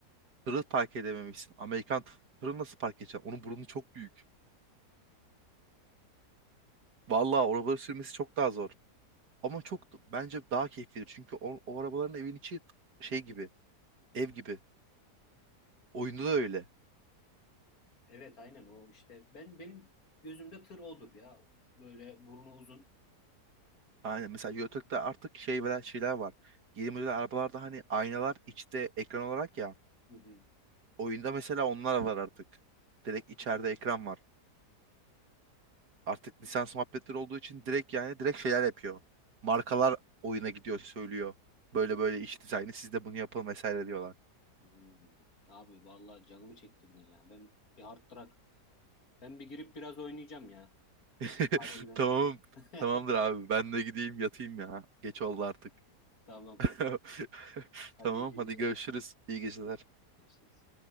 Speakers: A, on the right; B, on the left.
A: tırı park edememişsin. Amerikan tırı nasıl park edeceksin? Onun burnu çok büyük. Vallahi o arabaları sürmesi çok daha zor. Ama çok bence daha keyiflidir. Çünkü o, o arabaların evin içi şey gibi, ev gibi. Oyunda da öyle.
B: Evet, aynen o işte. Ben benim gözümde tır odur ya. Böyle burnu uzun.
A: Aynen mesela YouTube'da artık şey veren şeyler var. Yeni model arabalarda hani aynalar içte ekran olarak ya.
B: Hı hı.
A: Oyunda mesela onlar var artık. Direkt içeride ekran var. Artık lisans muhabbetleri olduğu için direkt yani direkt şeyler yapıyor. Markalar oyuna gidiyor söylüyor. Böyle böyle iç dizaynı siz de bunu yapın vesaire diyorlar.
B: Hmm. Abi vallahi canımı çektirdin ya. Ben bir hard truck. Ben bir girip biraz oynayacağım ya.
A: <laughs>
B: Müsaadenle.
A: Tamam.
B: <laughs>
A: Tamamdır abi ben de gideyim yatayım ya. Geç oldu artık.
B: Tamam.
A: <laughs>
B: Hadi
A: Tamam
B: iyi geceler.
A: hadi görüşürüz. İyi geceler.
B: Görüşürüz.